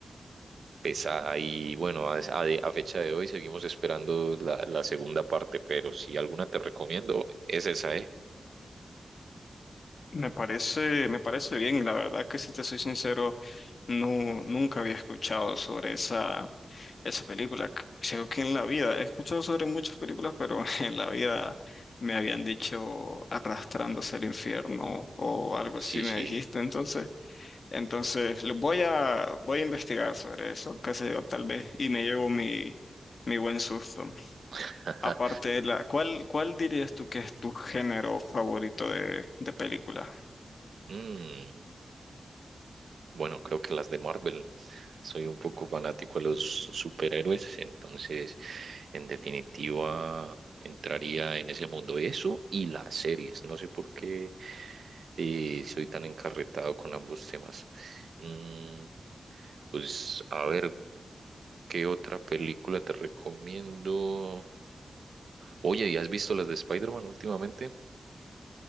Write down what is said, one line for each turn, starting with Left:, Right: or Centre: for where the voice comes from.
Right: pesa y bueno, a, a- a fecha de hoy seguimos esperando la, la segunda parte, pero si alguna te recomiendo, es esa, ¿eh?
Left: Me parece, me parece bien, la verdad que si te soy sincero, no, nunca había escuchado sobre esa Esa película, c- creo que en la vida, he escuchado sobre muchas películas, pero <laughs> en la vida me habían dicho arrastrándose al infierno o algo
Right: Sí,
Left: así
Right: sí.
Left: me dijiste, entonces, entonces lo voy a voy a investigar sobre eso, qué sé yo, tal vez, y me llevo mi, mi buen susto.
Right: <laughs> Ajá.
Left: Aparte de la, ¿cuál, cuál dirías tú que es tu género favorito de, de película?
Right: Mm, bueno, creo que las de Marvel. Soy un poco fanático a los superhéroes, entonces en definitiva entraría en ese mundo. Eso y las series. No sé por qué eh, soy tan encarretado con ambos temas. Mm, pues a ver, ¿qué otra película te recomiendo? Oye, ¿y has visto las de Spider-Man últimamente?